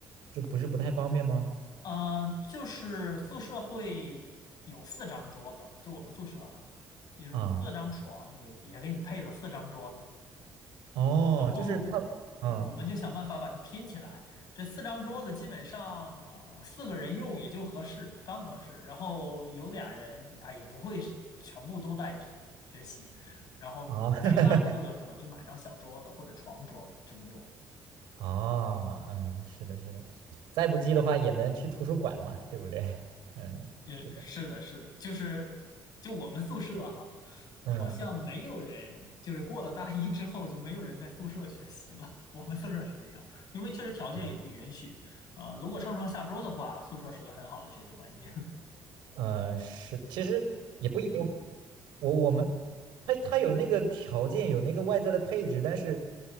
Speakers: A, on the right (about 90°); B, on the left (about 60°).
A: 这不是不太方便吗？
B: 嗯、就是宿舍会有四张桌子，就我们宿舍哈，就是四张床也，
A: 啊、
B: 也给你配了四张桌子，然
A: 哦，
B: 后我们就想办法把它拼起来。
A: 就是他，嗯
B: 这四张桌子基本上呃四个人用也就合适，刚合适。然后有俩人啊也不会是全部都在学习，然后在上铺的可能就买张小桌子或者床桌这么用。
A: 啊。<laughs> 哦，嗯，是的，是的，再不济的话也能去图书馆嘛，对不对？嗯，
B: 也是的，
A: 是的，
B: 是的，就是就我们宿舍哈、好像没有人，
A: 嗯
B: 就是过了大一之后就没有人在宿舍学习了。<laughs> 我们宿舍是这样，因为确实条件也不允许啊、
A: 嗯
B: 如果上床下桌的话，宿舍是个很好的学习环境。<laughs>
A: 嗯，是，其实也不一定，我我们，他他有那个条件，有那个外在的配置，但是